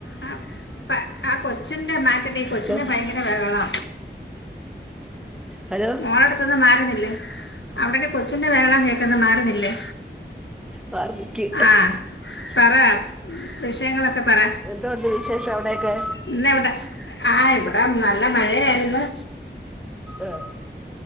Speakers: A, on the left (about 85°); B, in the centre.
A: ആ ആ കൊച്ചിന്റെ മാ പിന്നെ ഈ കൊച്ചിൻ്റെ
B: ഹലോ
A: ഭയങ്കര ബഹളാ
B: ഹലോ
A: മോളെടുത്തന്ന് മാറിന്നില്ലേ അവിടക്ക കൊച്ചിന്റെ വേഹളം കേക്കുന്ന് മാറിന്നില്
B: വാർദ്ധക്ക്
A: ആഹ പറ വിഷയങ്ങളൊക്കെ പറ
B: എന്തോണ്ട് വിശേഷം അവിടെയൊക്കെ
A: ഇന്ന് എവിടെ ആഹ് ഇവിടെ നല്ല മഴയായിരുന്നു
B: ഏഹ്